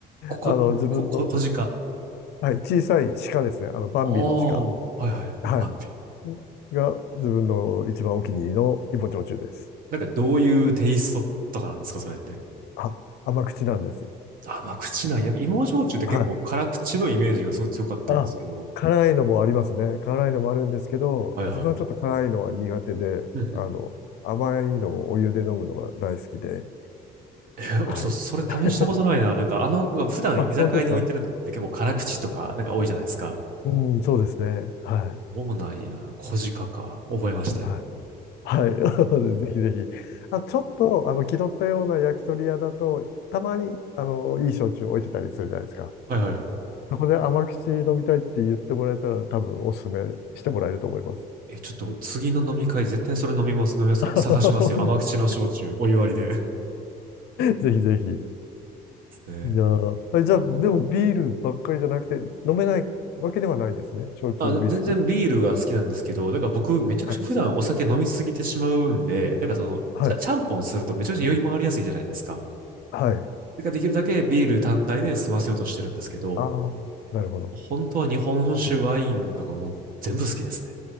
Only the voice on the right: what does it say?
こ、こ、
こ、こ、小鹿。
ああ、はいはい。
待って。
なんかどういうテイストとかなんですか、それって。
ああ、まあ口ない。なんか芋焼酎って結構辛口のイメージがすごい強かったんですけど。
はいはい。
うんうん
えー、ちょっとそれ試したことないな。
なんかあんま、なんか普段居酒屋に置いてるのって結構辛口とかなんか多いじゃないですか。
そうなんや。小鹿か。覚えましたよ。
はいはいはい。
え、ちょっと次の飲み会絶対それ飲みます、飲みますから探しますよ。
甘口の焼酎、お湯割りで。<laughs> で
すね。
あ、
全然ビールが好きなんですけど、なんか僕めちゃくちゃ普段お酒飲みすぎてしまうんで、
なんかその、
ちゃ、ちゃんぽんするとめちゃくちゃ酔い回りやすいじゃないですか。
だからできるだけビール単体で済ませようとしてるんですけど、
本当は日本酒、ワインとかもう全部好きですね。